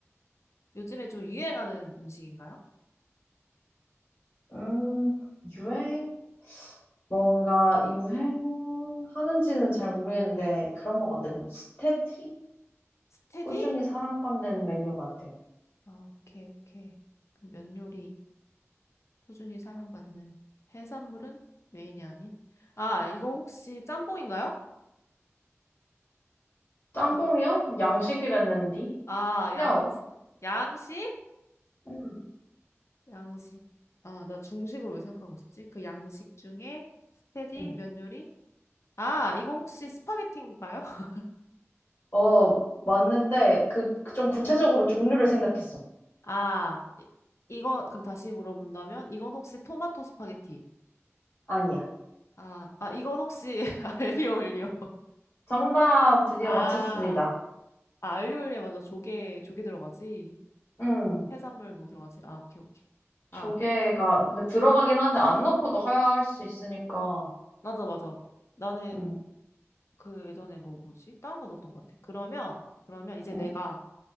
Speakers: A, on the left; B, on the left.
A: 요즘에 좀 유행하는 음식인가요?
B: 음, 유행? 뭔가 유행하는지는 잘 모르겠는데 그런 것 같아. 좀 스테티?
A: 스테디?
B: 꾸준히 사랑받는 메뉴 같아.
A: 아, 오케이, 오케이. 그럼 면 요리. 꾸준히 사랑받는 해산물은 메인이 아닌 아 이거 혹시 짬뽕인가요?
B: 짬뽕이요?
A: 아,
B: 양식이랬는디?
A: 아,
B: No.
A: 양 양식?
B: 음.
A: 양식 아 나 중식으로 왜 생각하고 있었지? 그 양식 중에 스테디
B: 음.
A: 면 요리? 아 이거 혹시 스파게티인가요? <laughs>
B: 어, 맞는데 그, 그좀 구체적으로 종류를 생각했어.
A: 아 이, 이거 그럼 다시 물어본다면 이건 혹시 토마토 스파게티?
B: 아니야.
A: 아, 아 이건 혹시 <laughs> 알리오 올리오
B: 정답 드디어
A: 아,
B: 맞췄습니다.
A: 아 알리오 올리오 맞아 조개 조개 들어가지
B: 음.
A: 해산물 뭐 들어가지 아 오케이 오케이
B: 조개가
A: 아
B: 근데 들어가긴 한데 안 넣고도 하얄 수 있으니까
A: 맞아, 맞아. 나는
B: 응,
A: 그 예전에 뭐 뭐지? 다른 거 넣었던 것 같아. 그러면 그러면 이제
B: 응,
A: 내가